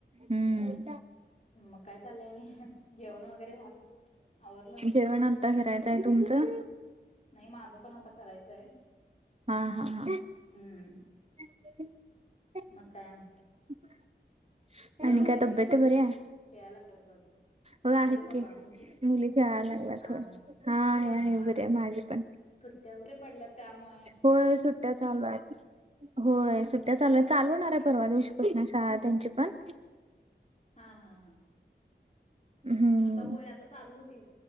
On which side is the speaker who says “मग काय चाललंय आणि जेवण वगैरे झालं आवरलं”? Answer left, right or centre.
Left